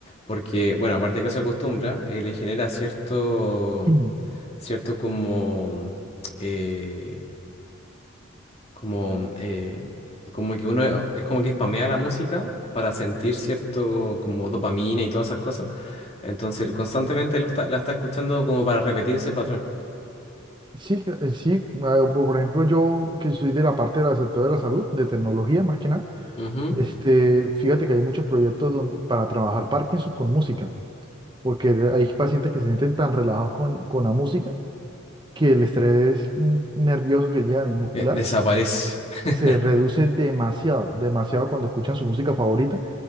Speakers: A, on the left; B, on the right.
A: porque, bueno, aparte de que se acostumbra, eh, le genera cierto,
B: <clears throat>
A: cierto como, eh, como, eh, como que uno es como que spamea la música para sentir cierto como dopamina y todas esas cosas, entonces constantemente lo está- la está escuchando como para repetir ese patrón.
B: Sí, cl- eh, sí, ah, po- por ejemplo, yo que soy de la parte del sector de la salud, de tecnología más que nada,
A: Ujú.
B: este, fíjate que hay muchos proyectos don- para trabajar Parkinson con música, porque hay pacientes que se sienten tan relajados con, con la música que el estrés mm, nervioso que llevan y muscular
A: Eh, Desaparece. <laughs>
B: se reduce demasiado, demasiado cuando escuchan su música favorita